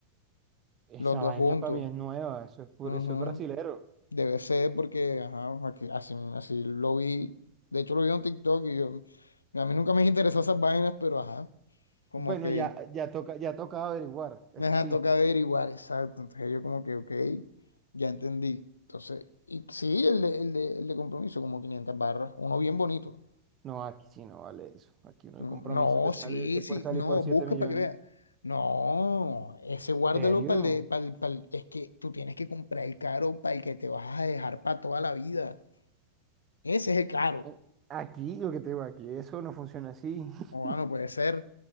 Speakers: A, on the right; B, on the left.
A: Esa
B: los dos
A: vaina
B: juntos.
A: para mí es nueva, eso es puro,
B: Ujú.
A: eso es brasilero.
B: Debe ser porque, ajá, aquí- así, así lo vi, de hecho lo vi en un TikTok y yo, a mí nunca me <laughs> interesó esas vainas, pero ajá, como
A: Bueno,
B: que...
A: ya, ya toca, ya toca averiguar, eso
B: Ajá,
A: sí.
B: toca averiguar, exacto. Entonces yo como que, ok, ya entendí. Entonces, y sí, el de, el de, el de compromiso, como 500 barras, uno bien bonito.
A: No, aquí sí no vale eso. Aquí uno
B: Mm,
A: de compromiso
B: No,
A: te sale,
B: sí,
A: te
B: sí,
A: puede salir
B: no,
A: por 7
B: busca
A: millones.
B: para que vea. No, ese guárdalo
A: ¿Serio?
B: para el de, pa'l- pa'l- es que tú tienes que comprar el caro para el que te vas a dejar para toda la vida. Ese es el caro.
A: Eh, Aquí, lo que te digo, aquí eso no funciona así. <laughs>
B: O no puede ser.